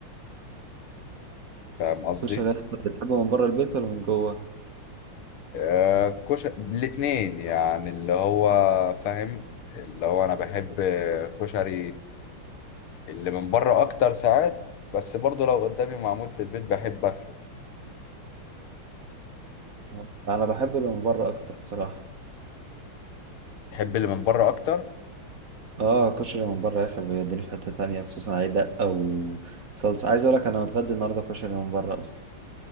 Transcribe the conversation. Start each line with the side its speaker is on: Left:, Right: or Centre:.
Left: فاهم قصدي
Right: الكشري يا اسطى بتحبه من بره البيت ولا من جوه
Left: آه، كشري الاتنين يعني اللي هو فاهم اللي هو انا بحب كشري اللي من بره اكتر ساعات بس برضو لو قدامي معمول في البيت بحب اكله
Right: آه. انا بحب اللي من بره اكتر بصراحه
Left: بحب اللي من بره اكتر
Right: اه كشري من بره يا اخي بيوديني في حته تانية خصوصا عليه دقه وصلصه عايز اقول لك انا متغدي النهارده كشري من بره اصلا